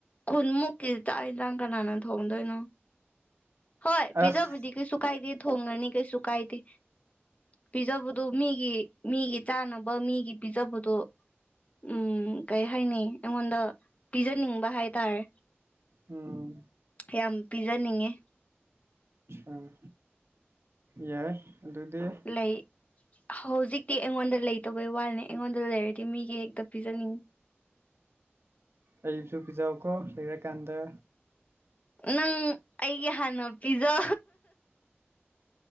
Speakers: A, on the left; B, on the right.
A: ꯈꯨꯨꯟꯃꯨ ꯀꯦꯖꯤ ꯇꯥꯛꯏ ꯂꯥꯡ ꯀꯅꯥꯅ ꯊꯣꯡꯗꯣꯏꯅꯣ ꯍꯣꯏ ꯄꯤꯖꯕꯨꯗꯤ
B: ꯑꯁ
A: ꯀꯩꯁꯨ ꯀꯥꯏꯗꯤ ꯊꯣꯡꯒꯅꯤ ꯀꯩꯁꯨ ꯀꯥꯏꯗꯤ ꯄꯤꯖꯕꯗꯨꯣ ꯃꯤꯒꯤ ꯃꯤꯒꯤ ꯆꯥꯅꯕ ꯃꯤꯒꯤ ꯄꯤꯖꯕꯗꯣ ꯎꯝ ꯀꯩ ꯍꯥꯏꯅꯤ ꯑꯩꯉꯣꯟꯗ ꯄꯤꯖꯅꯤꯡꯕ ꯍꯥꯏꯇꯥꯔꯦ
B: ꯎꯝ
A: ꯌꯥꯝ ꯄꯤꯖꯅꯤꯡꯉꯤ
B: ꯑꯥ ꯌꯥꯏ ꯑꯗꯨꯗꯤ
A: ꯂꯩ ꯍꯧꯖꯤꯛꯇꯤ ꯑꯩꯉꯣꯟꯗ ꯂꯩꯇꯕꯩ ꯋꯥꯅꯤ ꯑꯩꯉꯣꯟꯗ ꯂꯩꯔꯗꯤ ꯃꯤꯒꯤ ꯍꯦꯛꯇ ꯄꯤꯖꯅꯤꯡ
B: ꯑꯩꯁꯨ ꯄꯤꯖꯥꯎꯀꯣ ꯂꯩꯔꯀꯥꯟꯗ
A: ꯅꯪ ꯑꯩꯒꯤ ꯍꯥꯟꯅ ꯄꯤꯖ